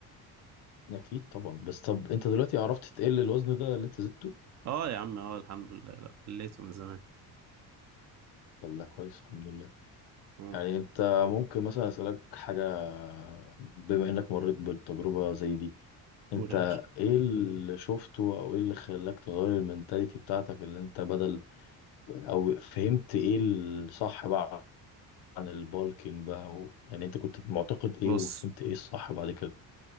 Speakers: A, on the left (about 85°); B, on the right (about 45°).
A: اكيد طبعا بس طب انت دلوقتي عرفت تقل الوزن ده اللي انت زدته
B: اه يا عم اه الحمد لله لا خليته من زمان
A: طب لا كويس الحمد لله
B: مم.
A: يعني انت ممكن مثلا اسالك حاجة بما انك مريت بالتجربة زي دي
B: قول
A: انت
B: يا باشا
A: ايه اللي شفته او ايه اللي خلاك تغير المنتاليتي بتاعتك اللي انت بدل او فهمت ايه الصح بقى عن البالكينج بقى و... يعني انت كنت معتقد ايه
B: بص
A: وفهمت ايه الصح بعد كده